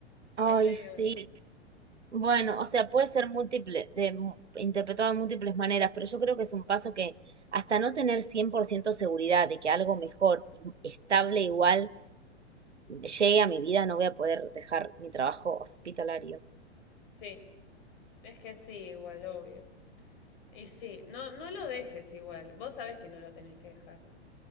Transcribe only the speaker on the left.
Es medio...
Sí, es que sí, igual, obvio. Y sí, no, no lo dejes igual. Vos sabés que no lo tenés que dejar.